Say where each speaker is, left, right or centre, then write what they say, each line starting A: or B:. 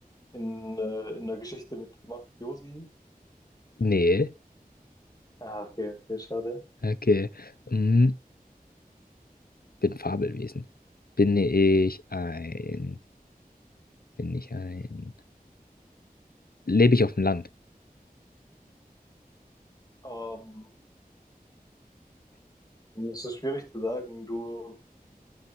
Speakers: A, on the left; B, on the left.
A: in, äh, in der Geschichte mit Mafiosi?
B: Nee.
A: Ah, okay, okay, schade.
B: Okay. Hm. Bin Fabelwesen. Bin ich ein. Bin ich ein. Lebe ich auf dem Land?
A: Ähm, es ist schwierig zu sagen. Du